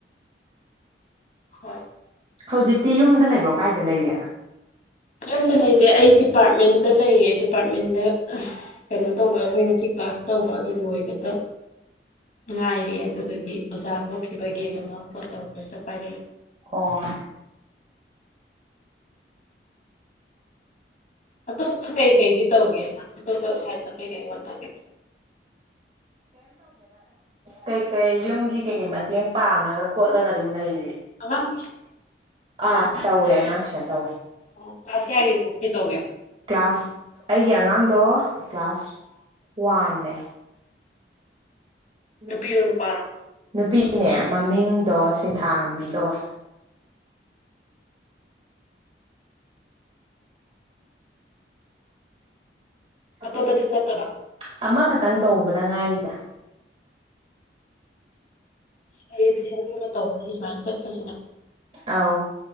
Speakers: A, on the left; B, on the right.
A: ꯍꯣꯏ
B: ꯍꯧꯖꯤꯛꯇꯤ ꯌꯨꯝꯗ ꯂꯩꯕ꯭ꯔꯣ ꯀꯥꯏꯗ ꯂꯩꯒꯦ
A: ꯌꯗ ꯂꯩꯇꯦ ꯑꯩ ꯗꯤꯄꯥꯔꯠꯃꯦꯟꯗ ꯂꯩꯌꯦ ꯗꯤꯄꯥꯔꯠꯃꯦꯟꯗ ꯀꯩꯅꯣ ꯇꯧꯕ ꯑꯩꯈꯣꯏ ꯉꯁꯤ ꯀ꯭ꯂꯥꯁ ꯇꯧꯕ ꯑꯗꯨ ꯂꯣꯏꯕꯗ ꯉꯥꯏꯔꯤ ꯑꯗꯨꯗꯨꯗꯒꯤ ꯑꯣꯖꯥ ꯊꯣꯛꯈꯤꯕꯒꯤ ꯑꯗꯨꯅ ꯐꯣꯟ ꯇꯧꯔꯛꯄ ꯑꯝꯇ ꯄꯥꯏꯔꯛꯏꯦ
B: ꯑꯣ
A: ꯑꯇꯣꯞꯄ ꯀꯩꯀꯩꯗꯤ ꯇꯧꯒꯦꯅ ꯑꯇꯣꯞꯄ ꯁꯥꯏ ꯀꯩꯀꯩ ꯍꯣꯠꯅꯒꯦ
B: ꯀꯩ ꯀꯩ ꯌꯨꯝꯒꯤ ꯀꯦ ꯃ ꯃꯇꯦꯡ ꯄꯥꯡꯉꯒ ꯈꯣꯠꯂꯒ ꯑꯗꯨꯝ ꯂꯩꯔꯤ
A: ꯑꯉꯥꯡ ꯇꯨꯏꯁꯟ
B: ꯑꯥ ꯇꯧꯋꯦ ꯑꯉꯥꯡꯁꯅ ꯇꯧꯋꯦ
A: ꯑꯣ ꯀ꯭ꯂꯥꯁ ꯀꯌꯥꯒꯤꯃꯨꯛꯀꯤ ꯇꯧꯒꯦ
B: ꯀ꯭ꯂꯥꯁ ꯑꯩꯒꯤ ꯑꯉꯥꯡꯗꯣ ꯀ꯭ꯂꯥꯁ ꯋꯥꯟꯅꯦ ꯅꯨꯄꯤꯔꫭ
A: ꯅꯨꯄꯤꯔꯣ
B: ꯅꯨꯄꯥꯔꫭ
A: ꯅꯨꯄꯥꯔꯣ
B: ꯅꯨꯄꯤꯅꯦ ꯃꯃꯤꯡꯗꯣ ꯁꯤ ꯊꯥ ꯉꯝꯕꯤ ꯀꯧꯋꯦ ꯑꯣ ꯑꯇꫭꯞꯄꯗꯤ
A: ꯑꯇꯣꯞꯄꯗꯤ
B: ꯆꯠꯇꯕ꯭ꯔ
A: ꯆꯠꯇꯕ
B: ꯑꯃꯈꯛꯇꯪ ꯇꯧꯕꯗ ꯉꯥꯏꯔꯤꯗ
A: ꯐꯩꯌꯦ ꯇꯨꯏꯁꯟꯒꯨꯝꯕ ꯇꯧꯕꯁꯦ ꯁꯨꯃꯥꯏꯅ ꯆꯠꯄꯁꯤꯅ
B: ꯑꯥꯎ